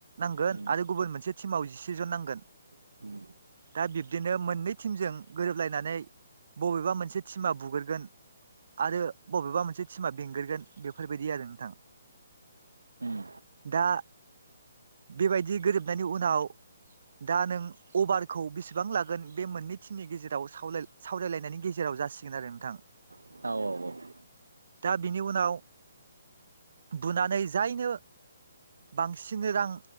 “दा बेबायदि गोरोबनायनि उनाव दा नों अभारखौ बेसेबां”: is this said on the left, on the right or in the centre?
Right